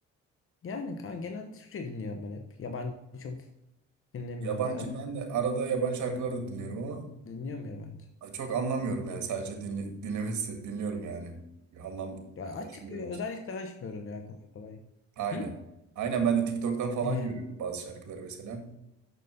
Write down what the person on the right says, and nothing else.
Yabancı
ben de arada yabancı şarkılar da dinliyorum
ama çok anlamıyorum yani sadece dinle, dinlemesi dinliyorum yani. Bir anlam
taşımıyor
benim
için.
Aynen.
Aynen ben de TikTok'tan falan
görüyorum bazı şarkıları mesela.